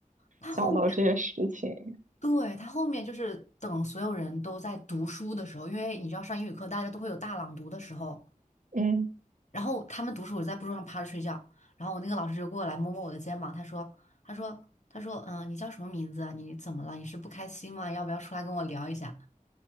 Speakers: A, on the left; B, on the right.
A: 他后面，
B: 想到这些事情，
A: 对，他后面就是等所有人都在读书的时候，因为你知道上英语课大家都会有大朗读的时候。
B: 嗯。
A: 然后他们读书，我在桌上趴着睡觉，然后我那个老师就过来摸摸我的肩膀，他说，他说，他说，嗯、你叫什么名字啊？你怎么了？你是不开心吗？要不要出来跟我聊一下？